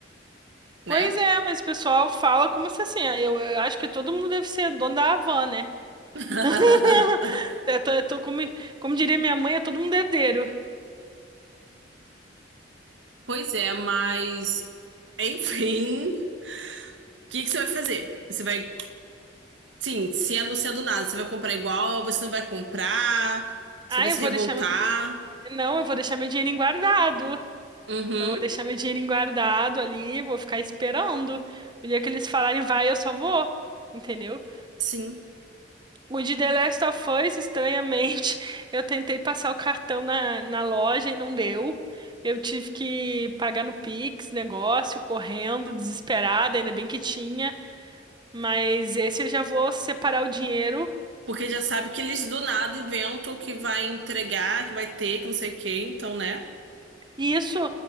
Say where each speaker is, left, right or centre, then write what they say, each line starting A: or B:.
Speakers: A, on the right; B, on the right.
A: né?
B: Pois é, mas o pessoal fala como se assim. é, Eu, eu acho que todo mundo deve ser dono da Havan, né?
A: <laughs>
B: <laughs> Eu tô, eu tô como, como diria minha mãe, é todo mundo herdeiro.
A: Pois é, mas enfim, o que que você vai fazer? Você vai, sim, se anunciar do nada, você vai comprar igual, você não vai comprar, você
B: Ah,
A: vai
B: eu
A: se
B: vou
A: revoltar.
B: deixar. meu- Não, eu vou deixar meu dinheirinho guardado.
A: Uhum,
B: Eu vou deixar meu dinheirinho guardado ali, vou ficar esperando. O dia que eles falarem vai, eu só vou. Entendeu?
A: sim.
B: O de The Last of Us, estranhamente, <laughs> eu tentei passar o cartão na, na loja e não deu. Eu tive que pagar no Pix, negócio, correndo, desesperada, ainda bem que tinha. Mas esse eu já vou separar o dinheiro.
A: Porque já sabe que eles do nada inventam que vai entregar, que vai ter, que não sei o quê, então, né?
B: E isso,